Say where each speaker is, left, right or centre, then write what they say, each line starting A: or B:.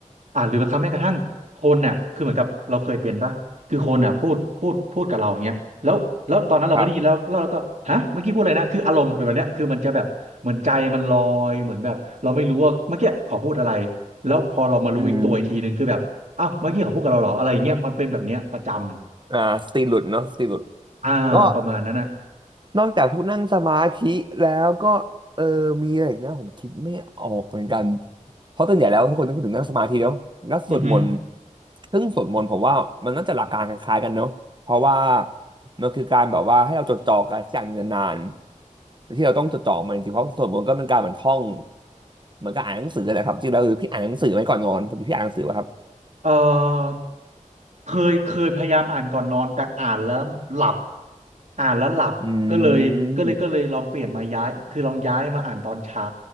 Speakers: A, on the right; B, on the right.
A: อ่ะหรือบางครั้งแม้กระทั่งคนน่ะคือเหมือนกับเราเคยเป็นปะคือคนน่ะพูดพูดพูดกับเราอย่างเงี้ย แล้วแล้วตอนนั้นเราไม่ได้ยินแล้วแล้วเราก็ฮะเมื่อกี้พูดอะไรนะคืออารมณ์เป็นแบบเนี้ยคือมันจะแบบเหมือนใจมันลอย
B: ครับ
A: เหมือนแบบเราไม่รู้ว่าเมื่อกี้เขาพูดอะไร แล้วพอเรามารู้อีกตัวอีกทีหนึ่งคือแบบอ้าวเมื่อกี้เขาพูดกับเราเหรออะไรอย่างเงี้ยมันเป็นแบบเนี้ยประจำ
B: อืมอ่าสติหลุดเนาะสติหลุด
A: อ่าประมาณนั้นน่ะ
B: ก็ นอกจากพวกนั่งสมาธิแล้วก็เออมีอะไรอีกนะผมคิดไม่ออกเหมือนกันเพราะส่วนใหญ่แล้วทุกคนจะพูดถึงนั่งสมาธิเนาะแล้วสวดมนต์
A: อือฮึ
B: ซึ่งสวดมนต์ผมว่ามันน่าจะหลักการคล้ายๆกันเนาะเพราะว่ามันคือการแบบว่าให้เราจดจ่อกับสิ่งอย่างหนึ่งนานๆที่เราต้องจดจ่อมันจริงๆเพราะสวดมนต์ก็เป็นการเหมือนท่องเหมือนกับอ่านหนังสือแหละครับจริงๆแล้วคือพี่อ่านหนังสือไหมก่อนนอนพอดีพี่อ่านหนังสือป่ะครับ
A: เออเคยเคยพยายามอ่านก่อนนอนแต่อ่านแล้วหลับอ่านแล้วหลับก็เลยก็เลยก็เลยลองเปลี่ยนมาย้ายคือลองย้ายมาอ่านตอนเช้า
B: อืม